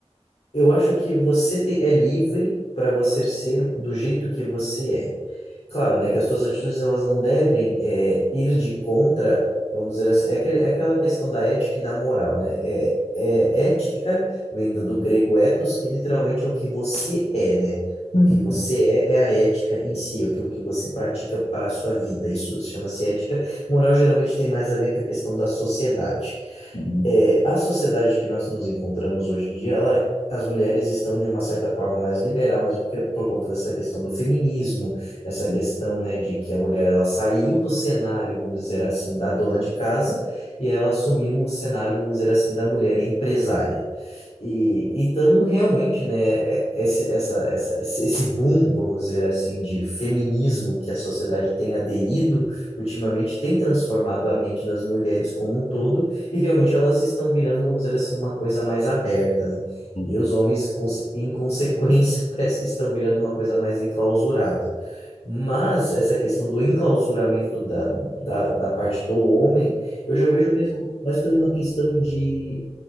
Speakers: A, on the left (about 65°); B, on the left (about 80°).
A: eu acho que você te- é livre para você ser do jeito que você é. Claro, né, que as tuas atitudes elas não devem é, ir de contra, vamos dizer assim, é, aquele, é aquela questão da ética e da moral, né? É, é ética vem do do grego ethos, que literalmente é o que você é, né? O
B: Uhum.
A: que você é é a ética em si, é aquilo que você pratica para a sua vida. Isso chama-se ética. Moral geralmente tem mais a ver com a questão da sociedade.
B: Uhum.
A: É, a sociedade que nós nos encontramos hoje em dia, ela, as mulheres estão de uma certa forma mais liberal, mesmo porque por conta dessa questão do feminismo essa questão,
B: uhum,
A: né, de que a mulher ela saiu do cenário, vamos dizer assim, da dona de casa e ela assumiu o cenário, vamos dizer assim, da mulher empresária. E então realmente, né, é, esse, essa, essa, esse esse boom, vamos dizer assim, de feminismo que a sociedade tem aderido ultimamente tem transformado a mente das mulheres como um todo e realmente elas estão virando, vamos dizer assim, uma coisa mais aberta, né?
B: uhum.
A: E os homens, conse- em consequência, <laughs> parece que estão virando uma coisa mais enclausurada. Mas essa questão do enclausuramento da, da, da parte do homem, eu já vejo mesmo mais por uma questão de,